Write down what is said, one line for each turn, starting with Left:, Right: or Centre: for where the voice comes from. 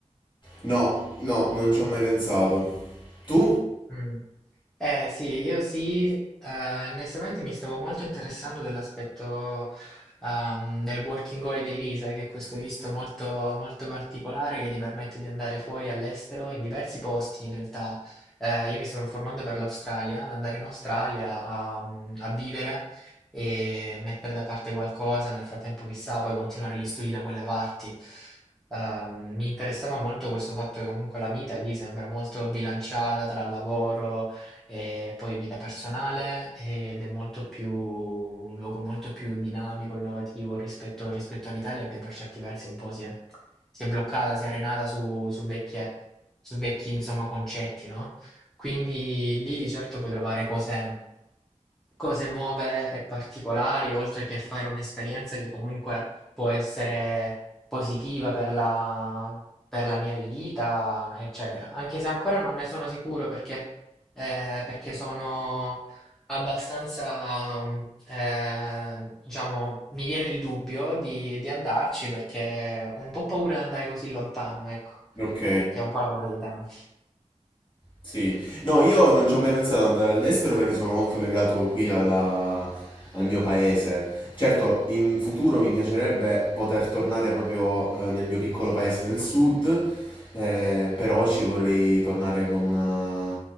Left: no, no, non ci ho mai pensato. Tu?
Centre: Mm. Eh sì, io sì, eh, onestamente mi stavo molto interessando dell'aspetto ehm, del working holiday visa, che è questo visto molto, molto particolare che ti permette di andare fuori all'estero in diversi posti in realtà. Eh, io mi stavo informando per l'Australia, ad andare in Australia a, mm, a vivere e mettere da parte qualcosa, nel frattempo chissà, poi continuare gli studi da quelle parti. Ehm, mi interessava molto questo fatto che comunque la vita lì sembra molto bilanciata tra lavoro e poi vita personale ed è molto più, un luogo molto più dinamico, innovativo rispetto, rispetto all'Italia che per certi versi un po' si è, si è bloccata, si è arenata su, su vecchie- su vecchi insomma, concetti, no? Quindi lì di certo puoi trovare cose, cose nuove e particolari, oltre che fare un'esperienza che comunque può essere positiva per la, per la mia vita, eccetera. Anche se ancora non ne sono sicuro perché eh, perché sono abbastanza, mm, eh, diciamo, mi viene il dubbio di, di andarci perché ho un po' paura di andare così lontano, ecco,
Left: Ok,
Centre: che è un po' la paura di tanti.
Left: sì. No, io non ci ho mai pensato ad andare all'estero perché sono molto legato qui alla- al mio paese. Certo, in futuro mi piacerebbe poter tornare proprio eh, nel mio piccolo paese del sud Eh, però ci vorrei tornare con una